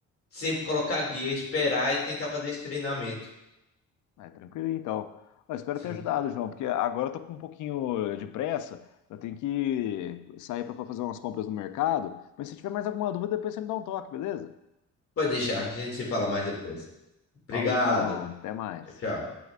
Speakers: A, on the left (about 50°); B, on the left (about 75°).
A: sempre colocar a guia, esperar e tentar fazer esse treinamento.
B: É, tranquilo, então. Ó, espero
A: Sim.
B: ter ajudado, João, porque agora eu tô com um pouquinho de pressa. Eu tenho que sair para fazer umas compras no mercado. Mas se tiver mais alguma dúvida, depois você me dá um toque, beleza?
A: Pode deixar, a gente se fala mais depois. Obrigado.
B: Falou então, até mais.
A: Tchau, tchau.